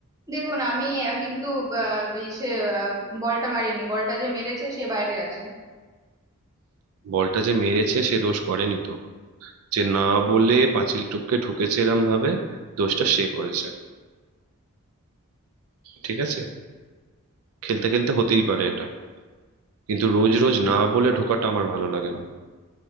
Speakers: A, on the right; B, on the right.
A: দেখুন আমি আহ, কিন্তু আহ, এই সে আহ, বলটা মারিনি বলটা যে মেরেছে সে বাইরে আছে
B: বলটা যে মেরেছে সে দোষ করেনি তো যে না বলে পাঁচিল টপকে ঢুকেছে এরম ভাবে দোষটা সে করেছে ঠিক আছে খেলতে খেলতে হতেই পারে এটা কিন্তু রোজ রোজ না বলে ঢোকাটা আমার ভালো লাগে না